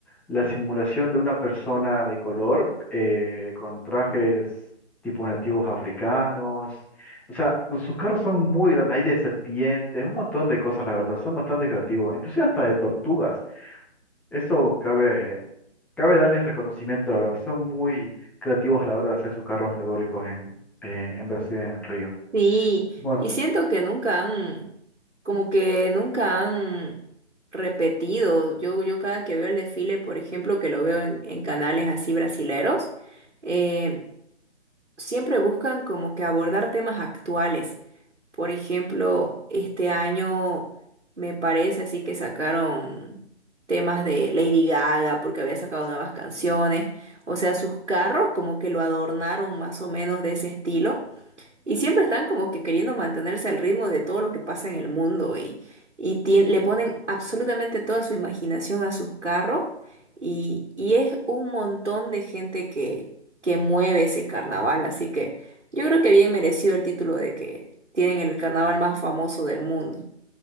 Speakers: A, in the centre; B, on the right.
A: la simulación de una persona de color eh, con trajes tipo nativos africanos. O sea, sus carros son muy grandes, hay de serpientes, un montón de cosas, la verdad, son bastante creativos, inclusive hasta de tortugas. Eso cabe, cabe darles reconocimiento, la verdad. Son muy creativos a la hora de hacer sus carros alegóricos en, eh, en Brasil, en Río.
B: Sí,
A: Bueno,
B: y siento que nunca han, como que nunca han repetido. Yo, yo cada que veo el desfile, por ejemplo, que lo veo en, en canales así brasileros, eh, siempre buscan como que abordar temas actuales. Por ejemplo, este año me parece así que sacaron temas de Lady Gaga porque había sacado nuevas canciones. O sea, sus carros como que lo adornaron más o menos de ese estilo. Y siempre están como que queriendo mantenerse al ritmo de todo lo que pasa en el mundo y, y tien- le ponen absolutamente toda su imaginación a sus carros y, y es un montón de gente que, que mueve ese carnaval, así que yo creo que bien merecido el título de que tienen el carnaval más famoso del mundo.